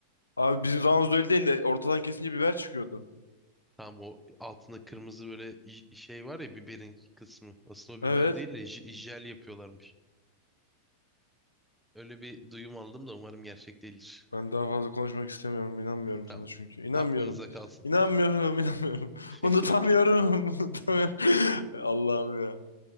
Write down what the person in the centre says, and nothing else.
Tam o altında kırmızı böyle j- şey var ya biberin kısmı. Aslında o
biber değil de j- jel yapıyorlarmış. Öyle bir duyum aldım da umarım gerçek değildir.
<laughs> Tamam.
Aklımızda kalsın.
<laughs>